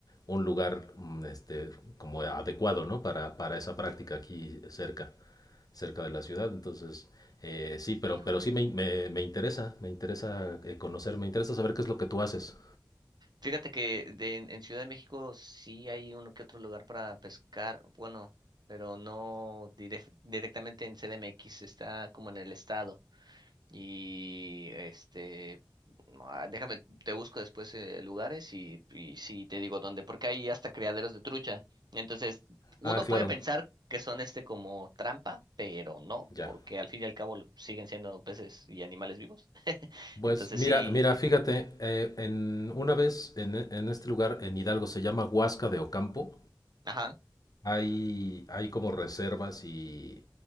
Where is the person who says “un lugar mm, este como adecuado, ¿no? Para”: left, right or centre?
Left